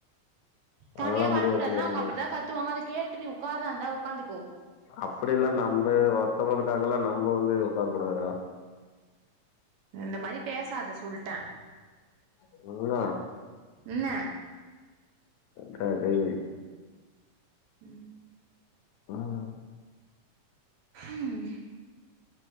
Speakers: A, on the right (about 70°); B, on the left (about 75°).
A: தனியா
B: அதெல்லா
A: வர
B: முடியாது
A: முடியாதுன்னா
B: முடியாது
A: அவுங்க
B: முடியாது
A: அப்படி தா கத்துவாங்க அத கேட்டு நீ உக்காரதாந்தா உக்காந்துக்கோ
B: அப்படிலா நம்ப ஒருத்தவங்களுக்காகலா நம்ப வந்து ஒக்கார கூடாதுடா
A: இந்த மாரி பேசாத சொல்ட்டே
B: நல்லா
A: ன்ன
B: கடே
A: ம்
B: ம்
A: ம்